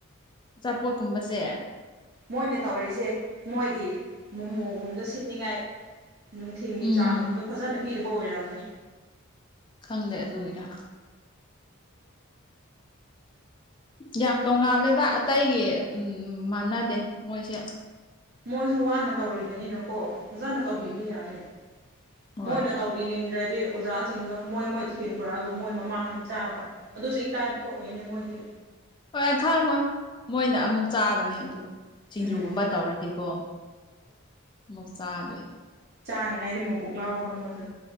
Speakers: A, on the left; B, on the right.
A: ꯑꯆꯥꯄꯣꯠꯀꯨꯝꯕꯁꯦ
B: ꯃꯣꯏꯅ ꯇꯧꯔꯤꯁꯦ ꯃꯣꯏꯒꯤ ꯃꯣꯃꯣꯒꯨꯝꯗꯣ
A: ꯎꯝ
B: ꯁꯤꯠꯅꯤꯡꯉꯥꯏ ꯅꯨꯡꯊꯤꯟꯒꯤ
A: ꯎꯝ
B: ꯆꯥꯒꯨꯝꯕꯗꯣ ꯐꯖꯅ ꯄꯤꯗꯕ ꯑꯣꯏꯔꯝꯅꯤ
A: ꯈꯪꯗꯦ ꯑꯗꯨꯒꯤꯔꯥ ꯌꯥꯝ ꯇꯣꯡꯉꯥꯜꯂꯦꯗ ꯑꯇꯩꯒꯤ ꯎꯝ ꯃꯥꯟꯅꯗꯦ ꯃꯣꯏꯁꯦ
B: ꯃꯣꯏꯁꯨ ꯋꯥꯅ ꯇꯧꯔꯤꯕꯅꯤꯅꯀꯣ ꯐꯖꯅ ꯇꯧꯕꯤꯕ
A: ꯎꯝ
B: ꯌꯥꯏ
A: ꯍꯣꯏ
B: ꯃꯣꯏꯅ ꯇꯧꯕꯤꯅꯤꯡꯗ꯭ꯔꯗꯤ ꯑꯣꯖꯥꯁꯤꯡꯗꯣ ꯃꯣꯏ ꯃꯣꯏ ꯇꯤꯐꯤꯟ ꯄꯨꯔꯛꯑꯒ ꯃꯣꯏ ꯃꯃꯥꯡꯗ ꯆꯥꯕ ꯑꯗꯨꯁꯨ ꯏꯀꯥꯏꯕ ꯊꯣꯛꯑꯣꯏꯅꯦ ꯃꯣꯏꯗꯤ
A: ꯍꯣꯏ ꯈꯪꯉꯣꯏ ꯃꯣꯏꯅ ꯑꯃꯨꯛ ꯆꯥꯒꯅꯤ ꯑꯗꯨ ꯁꯤꯡꯖꯨꯒꯨꯝꯕ
B: ꯎꯝ
A: ꯇꯧꯔꯗꯤꯀꯣ ꯑꯃꯨꯛ ꯆꯥꯗꯣꯏ
B: ꯆꯥꯅꯤꯉꯥꯏꯗ ꯃꯕꯨꯛ ꯂꯥꯎꯕ ꯃꯣꯏꯗꯣ